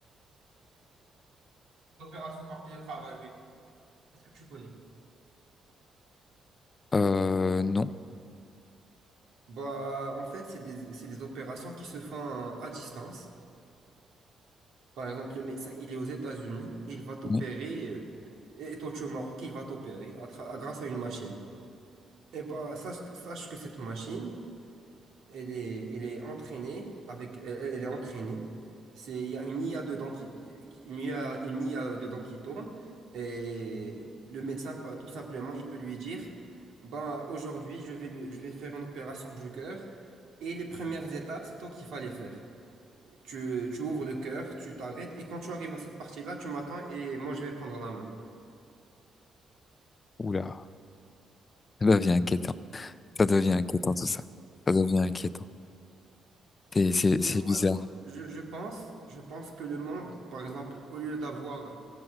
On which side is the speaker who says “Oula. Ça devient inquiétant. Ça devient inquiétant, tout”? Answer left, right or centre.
Left